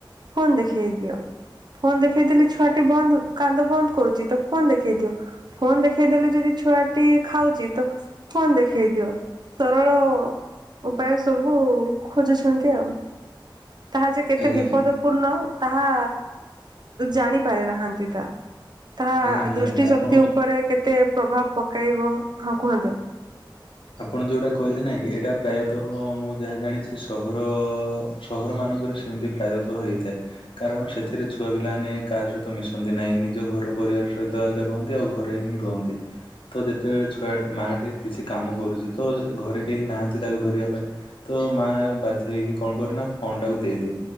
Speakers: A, on the right (about 55°); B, on the left (about 85°).
A: ଫୋନ ଦେଖେଇ ଦିଅ। ଫୋନ୍ ଦେଖେଇଦେଲି ଛୁଆଟି ବନ୍ଦ କାନ୍ଦ ବନ୍ଦ କରୁଚି। ତ ଫୋନ୍ ଦେଖେଇ ଦିଅ। ଫୋନ୍ ଦେଖେଇଦେଲେ ଯଦି ଛୁଆଟି ଖାଉଚି, ତ ଫୋନ୍ ଦେଖେଇ ଦିଅ। ସରଳ ଉପାୟ ସବୁ ଖୋଜୁଛନ୍ତି ଆଉ। ତାହା ଯେ କେତେ
B: ଆଜ୍ଞା
A: ବିପଦ ସପୂର୍ଣ୍ଣ ତାହା ଜାଣି ପାରି ନାହାନ୍ତି ତାହା। ତାହା
B: ଆଜ୍ଞା ନିହାତି
A: ଦୃଷ୍ଟି
B: ଆପଣ
A: ଶକ୍ତି ଉପରେ କେତେ ପ୍ରଭାବ ପକାଇବ। ହଁ କୁହନ୍ତୁ।
B: ଆପଣ ଯୋଉଟା କହିଲେ ନାଇଁ କି ଏଇଟା ପ୍ରାୟତଃ ମୁଁ ଯାହା ଜାଣିଛି ସହର ସହରମାନଙ୍କରେ ସେମିତି ପ୍ରାୟତଃ ହୋଇଥାଏ। କାରଣ ସେଥିରେ ଛୁଆ ପିଲାମାନେ କାହା ସହିତ ମିଶନ୍ତି ନାହିଁ। ନିଜ ଘର ପରିବାର ସହିତ ଆକା ରୁହନ୍ତି ଆଉ ଘରେ ହିଁ ରୁହନ୍ତି। ତ ଯେତେବେଳେ ଛୁଆ ମାଆଟି କିଛି କାମ କରୁଚି, ତ ଘରେ କେହି ନାହାନ୍ତି ତାକୁ ଧରିବା ପାଇଁ ତ ମା ବାଧ୍ୟ ହେଇକି କଣ କରେ ନା ଫୋନ୍ ଟାକୁ ଦେଇଦିଏ।